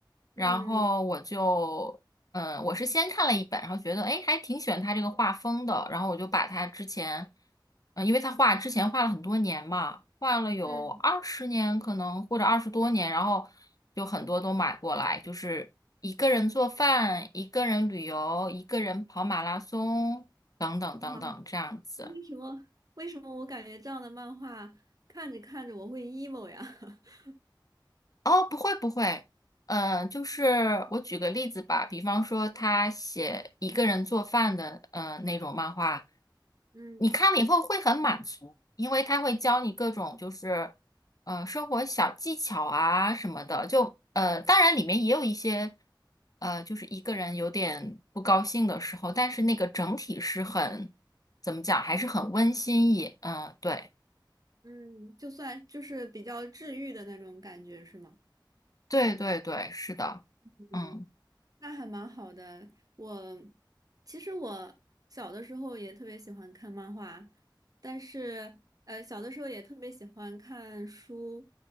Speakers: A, on the left; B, on the right.
A: 然后我就嗯，
B: 嗯
A: 我是先看了一本，然后觉得哎，诶还挺喜欢他这个画风的，然后我就把他之前，嗯，因为他画之前画了很多年嘛，画了有二十年可能或者二十多年，
B: 嗯，
A: 然后就很多都买过来，就是一个人做饭，一个人旅游，一个人跑马拉松等等等等这样子。
B: 哇，为什么为什么我感觉这样的漫画看着看着我会 emo 呀？<laughs>
A: 哦，不会不会，呃，就是我举个例子吧，比方说他写一个人做饭的呃那种漫画，
B: 嗯
A: 你看了以后会很满足，因为他会教你各种就是呃生活小技巧啊什么的，就呃当然里面也有一些呃就是一个人有点不高兴的时候，但是那个整体是很怎么讲，还是很温馨也嗯、呃对
B: 嗯，就算就是比较治愈的那种感觉，是吗？
A: 对对对，是的，
B: 嗯，
A: 嗯。
B: 那还蛮好的。我其实我小的时候也特别喜欢看漫画，但是呃，小的时候也特别喜欢看书，